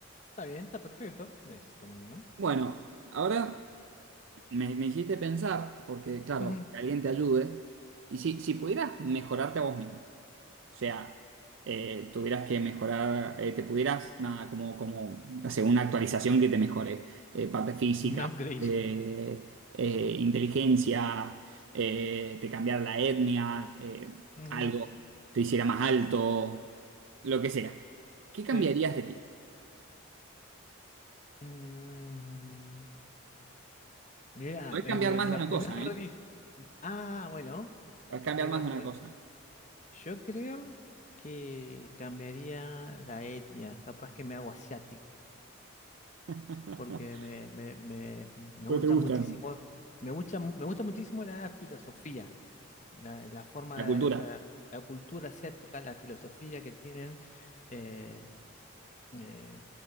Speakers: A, on the left (about 35°); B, on the right (about 65°).
A: Está bien, está perfecto. es- Está muy bien.
B: Bueno, ahora me, me hiciste pensar, porque claro,
A: Ujú.
B: que alguien te ayude, y si, si pudieras mejorarte a vos mismo. O sea, eh, tuvieras que mejorar, eh, te pudieras, nada, como, como hacer una actualización que te mejore, eh, parte física,
A: Un upgrade.
B: eh, eh, inteligencia, eh, te cambiara la etnia, eh,
A: Ujú,
B: algo, te hiciera más alto, lo que sea. ¿Qué cambiarías
A: Sí.
B: de ti?
A: Mm, mira,
B: Puedes
A: me,
B: cambiar
A: me-
B: más
A: me
B: de
A: la
B: una
A: pones
B: cosa,
A: re
B: ¿eh?
A: dif- Ah, bueno,
B: Puedes cambiar
A: me la
B: más de
A: pones.
B: una cosa.
A: Yo creo que cambiaría la etnia, capaz que me hago asiático,
B: <laughs> ¿Cómo
A: porque me, me, me, me gusta
B: te gustan?
A: muchísimo, me gusta, mu- me gusta muchísimo la filosofía, la, la forma,
B: La cultura.
A: de- o sea, la cultura asiática, la filosofía que tienen. eh, eh,